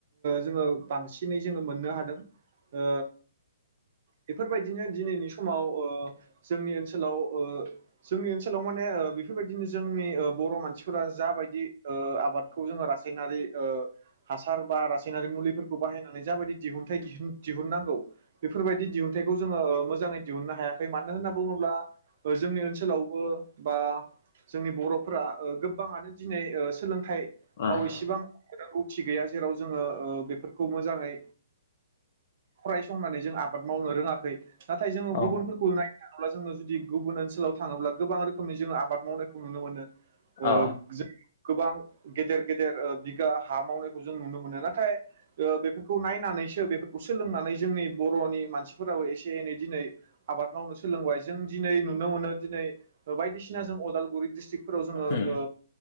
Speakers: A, on the right; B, on the left.
A: जोङो बांसिनै जोङो मोननो हादों ओ बेफोरबायदिनो दिनैनि समाव ओ जोंनि ओनसोलाव ओ जोंनि ओनसोलाव माने ओ बेफोर बायदिनो जोंनि ओ बर' मान मानसिफोरा जाबायदि ओ आबादखौ जोङो रासायनारि ओ हासार बा रासायनारि मुलिफोरखौ बाहायनानै जाबायदि दिहुनथाइ दिहुननांगौ बेफोर बायदि दिहुनथाइखौ जोङो ओ मोजाङै दिहुननो हायाखै मानो होन्ना बुङोब्ला ओ जोंनि ओनसोलावबो बा जोंनि बर'फोरा ओ गोब गोबांङानो दिनै ओ सोलोंथाइ आव
B: ओ
A: एसेबां रोंगौथि गैया जेराव जोङो ओ बेफोरखौ मोजाङै फरायसंनानै जों आबाद मावनो रोङा खै नाथाय जोङो
B: ओ
A: गुबुनफोरखौ नायनो थाङोब्ला जोङो जुदि गुबुन ओनसो सोलाव थाङोब्ला गोबां रोखोमनि जोङो आबाद मावनायखौ नुनो मोनो ओ
B: औ
A: जो गोबां गेदेर गेदेर ओ बि गा हा मावनायखौ जों नुनो मोनो नाथाय ओ बेफोरखौ नायनानैसो बेफोरखौ सोलोंनानै जोंनि बर'नि मानसिफोराबो एसे एनै दिनै आबाद मावनो सोलोंबाय जों दिनै नुनो मोनो दिनै बायदिसिना जों उदालगुरि डिस्ट्रिक फोराव जोङो
B: उम
A: ओ